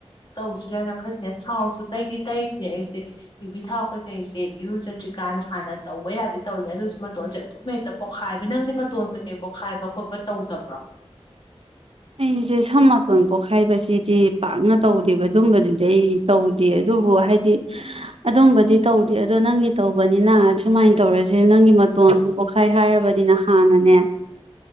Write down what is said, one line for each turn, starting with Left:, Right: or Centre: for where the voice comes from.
Left: ꯇꯧꯁꯤꯔꯅ ꯈꯜꯂꯤꯅꯦ ꯊꯥꯎꯁꯨ ꯇꯩꯗꯤ ꯇꯩꯔꯤꯅꯦ ꯑꯩꯁꯦ ꯌꯨꯕꯤ ꯊꯥꯎ ꯀꯩꯀꯩꯁꯦ ꯏꯔꯨꯖꯗ꯭ꯔꯤ ꯀꯥꯟ ꯍꯥꯟꯅ ꯇꯧꯕ ꯌꯥꯕꯗꯤ ꯇꯧꯔꯤꯅꯦ ꯑꯗꯨꯏꯁꯨ ꯃꯇꯣꯟꯁꯦ ꯑꯗꯨꯝ ꯍꯦꯛꯇ ꯄꯣꯛꯈꯥꯏꯕ ꯅꯪꯗꯤ ꯃꯇꯣꯟ ꯀꯩꯀꯩ ꯄꯣꯈꯥꯏꯕ ꯈꯣꯠꯄ ꯇꯧꯗꯕ꯭ꯔꯣ
Right: ꯑꯩꯁꯦ ꯁꯝ ꯃꯇꯣꯟ ꯄꯣꯈꯥꯏꯕꯁꯤꯗꯤ ꯄꯥꯛꯅ ꯇꯧꯗꯦꯕ ꯑꯗꯨꯝꯕꯗꯨꯗꯤ ꯑꯩ ꯇꯧꯗꯦ ꯑꯗꯨꯕꯨ ꯍꯥꯏꯗꯤ ꯑꯗꯨꯝꯕꯗꯤ ꯇꯧꯗꯦ ꯑꯗꯣ ꯅꯪꯒꯤ ꯇꯧꯕꯅꯤꯅ ꯁꯨꯃꯥꯏꯅ ꯇꯧꯔꯁꯦ ꯅꯪꯒꯤ ꯃꯇꯣꯟ ꯄꯣꯛꯈꯥꯏ ꯍꯥꯏꯔꯕꯅꯤꯅ ꯍꯥꯟꯅꯅꯦ